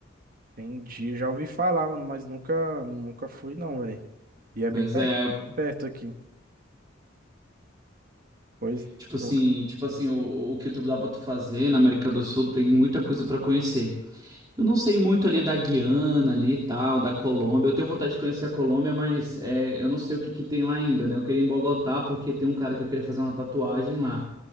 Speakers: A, on the right; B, on the right.
A: Entendi, já ouvi falar, mano, mas nunca, nunca fui, não, velho. E é bem
B: Pois
A: perto,
B: é, aí eu-
A: é perto aqui. Pois
B: tipo assim,
A: eu
B: tipo assim, o, o que tu dá pra tu fazer na América do Sul tem muita coisa pra conhecer. Eu não sei muito ali da Guiana ali e tal, da Colômbia. Eu tenho vontade de conhecer a Colômbia, mas é, eu não sei o que que tem lá ainda, né? Eu queria ir em Bogotá porque tem um cara que eu queria fazer uma tatuagem lá.